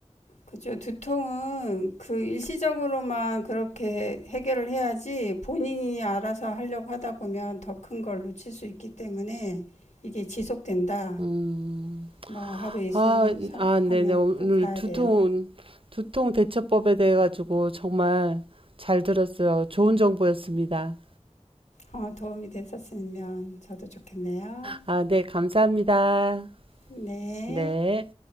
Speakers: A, on the left; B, on the right.
A: 그죠. 두통은 그 일시적으로만 그렇게 해결을 해야지 본인이 알아서 하려고 하다 보면 더 큰 걸 놓칠 수 있기 때문에 이게 지속된다.
B: 음,
A: 뭐 하루 이슬
B: 아,
A: 삼-
B: 아,
A: 하면
B: 네네. 오늘
A: 꼭 가야
B: 두통,
A: 돼요.
B: 두통 대처법에 대해 가지고 정말 잘 들었어요. 좋은 정보였습니다.
A: 어, 도움이 됐었으면 저도 좋겠네요.
B: 아, 네, 감사합니다.
A: 네.
B: 네.